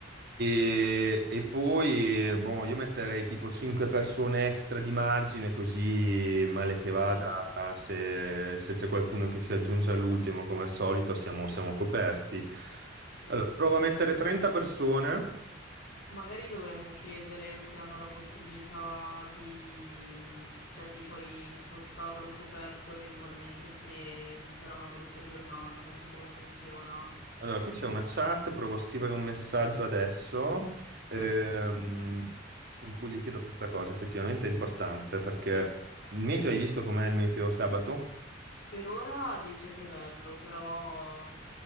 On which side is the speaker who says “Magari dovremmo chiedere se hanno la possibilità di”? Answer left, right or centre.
Left